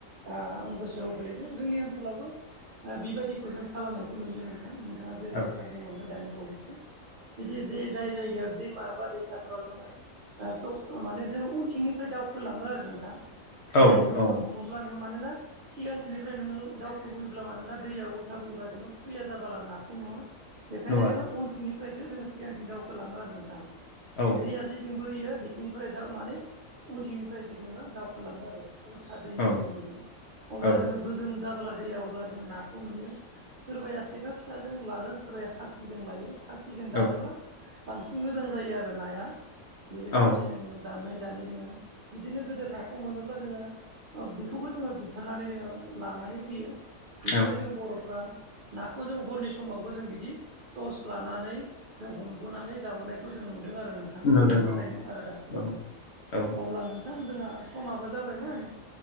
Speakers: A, on the right; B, on the left.
A: आं गोसो औ गोलैदों जोंनि ओनसोलावबो बेबायदिखौ जों खालामनायखौ नुयो नों नोंथाङा जेरैबायसा
B: औ
A: बुंलांबाय दानि बावैसो बिदि जे जाय जायगायाव दैमा बा दैसा फोराव जोङो ओ थ माने जोङो उनथिंनिफ्राय दावखोलाङो आरो नोंथां
B: औ
A: जायखौ नोङो
B: औ
A: हमोब्ला नोङो मानोना सिगांथिनिफ्राय नोङो दावउखो बोयोब्ला मानोना दैया उल्था बोयोबब्ला नोङो खुया जाबला नाखौ नुवा बेखायनो
B: नुवा
A: जोङो उनथिंनिफ्रायसो जोङो सिगांथिं दावखोलाङो आरो नोंथां
B: औ
A: दैया जिथिं बोहैयो बि थिंनिफ्राय दा माने उनथिंनिफ्रायसो जोङो दावखलाङो आरो उल्था दैनि
B: औ
A: बोहैनायजों अब्ला
B: औ
A: जोङो गोजों जाबोला दैया अब्ला जों नाखौ नुयो सोरबाया सेखा फिसाजों लागोन सोरबाया खासिजों लायो खासिजों दानोब्ला
B: औ
A: बांसिन मोजां जायो आरो नाया बेजों
B: औ
A: खासिजों दाननाय दानै जोङो बिदिनो गोदोर नाखौ मोनोब्ला जोङो बेखौबो जोङो बुथारनानै जोङो लानानै फैयो बिदिनो
B: औ
A: जों बर'फ्रा नाखौ जों हरनि समावबो जों बिदि टर्स लानानै जों हमबोनानै जाबोनायखौ जों नुदों आरो नों थां
B: नुदों
A: गोदोनिफ्रायनो
B: औ
A: आरो दासिमबो
B: औ औ
A: अब्ला नोंथ बिथां जोंहा समाबो जाबायमोन